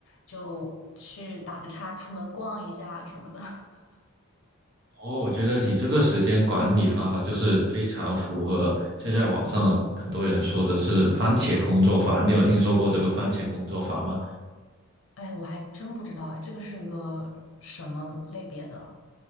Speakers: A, on the left; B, on the right.
A: 就去打个叉，出门逛一下什么的。<laughs>
B: 哦，我觉得你这个时间管理方法就是非常符合现在网上很多人说的是番茄工作法，你有听说过这个番茄工作法吗？
A: 哎，我还真不知道哎，这个是一个什么类别的。